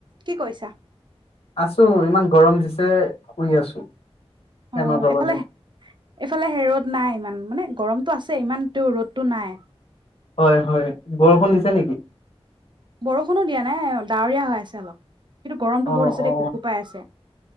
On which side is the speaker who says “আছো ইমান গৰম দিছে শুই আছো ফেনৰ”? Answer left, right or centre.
Left